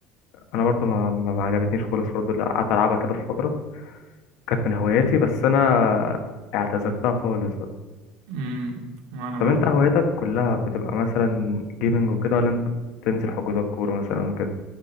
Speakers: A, on the left; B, on the right.
A: انا برضو ما ما عجبتنيش خالص برضو لا، قعدت العبها كده في فتره كانت من هواياتي بس انا اعتزلتها خالص بقى
B: امم وأنا
A: طب
B: برضه
A: انت هواياتك كلها بتبقى مثلا جيمنج وكده ولا انت بتنزل حجوزات كوره مثلا وكده